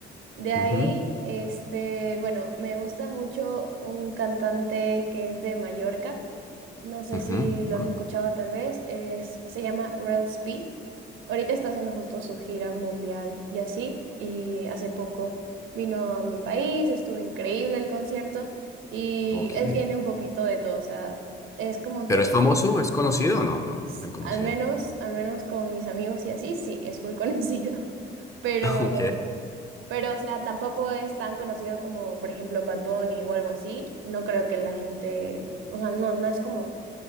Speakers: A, on the right; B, on the left.
A: De ahí,
B: Ujú,
A: este, bueno, me gusta mucho un cantante que es de Mallorca. No sé
B: ujú,
A: si lo
B: Bueno,
A: has escuchado tal vez, es, se llama Rails B. Ahorita está haciendo justo su gira mundial y así, y hace poco vino a mi país, estuvo increíble el concierto y
B: ok.
A: él tiene un poquito de todo, o sea, es como
B: ¿Pero
A: que
B: es famoso? ¿Es conocido? No, no, no,
A: s-
B: no tan conocido.
A: al menos, al menos con mis amigos y así, sí, es full <laughs> conocido, pero,
B: <laughs> Ok.
A: pero, o sea, tampoco es tan conocido como, por ejemplo, Bad Bunny o algo así, no creo que la gente, o sea, no, no es como